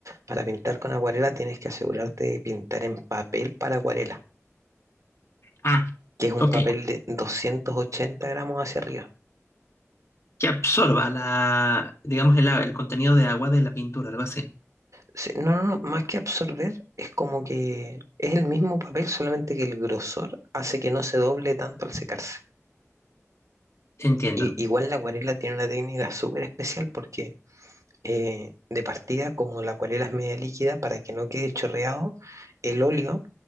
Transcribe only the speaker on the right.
para pintar con acuarela tienes que asegurarte de pintar en papel para acuarela,
que es un
papel de 280 gramos hacia arriba.
Sí, no, no, no, más que absorber, es como que es el mismo papel, solamente que el grosor hace que no se doble tanto al secarse.
Y, igual la acuarela tiene una técnica súper especial porque eh, de partida, como la acuarela es media líquida, para que no quede chorreado, el óleo,